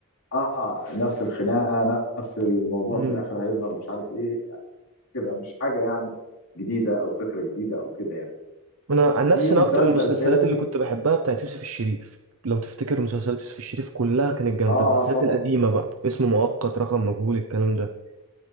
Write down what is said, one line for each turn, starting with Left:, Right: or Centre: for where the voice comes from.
Left: اه نفس الخناقه نفس الموضوع
Right: لي
Left: في الاخر هيظهر مش عارف ايه كده مش حاجة يعني جديدة أو فكرة جديدة أو كده يعني
Right: انا عن نفسي
Left: في مسلسل
Right: انا اكتر المسلسلات
Left: تاني
Right: اللي كنت بحبها بتاعت يوسف الشريف لو تفتكر مسلسلات يوسف الشريف كلها كانت جامده
Left: آه
Right: بالذات
Left: طبعا
Right: القديمه بقى اسم مؤقت رقم مجهول الكلام ده